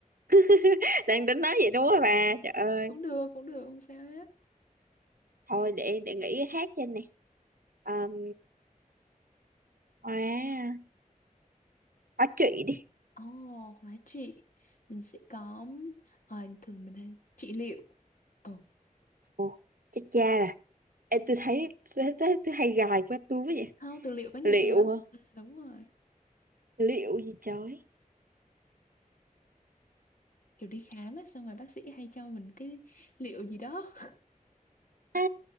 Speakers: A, on the right; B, on the left.
A: <laughs> đang tính nói vậy đúng rồi bà trời ơi
B: cũng được cũng được không sao hết
A: thôi để để nghĩ cái khác trên này um, hóa hóa trị đi
B: ồ oh, hóa trị mình sẽ có ờ, thường mình hay trị liệu ừ
A: ồ chết cha rồi ê tôi thấy tôi, tôi, tôi hay gài qua tôi với vậy
B: không từ liệu có nhiều
A: liệu
B: từ lắm
A: hả
B: ừ, đúng rồi
A: liệu gì trời
B: kiểu đi khám á xong rồi bác sĩ hay cho mình cái liệu gì đó
A: à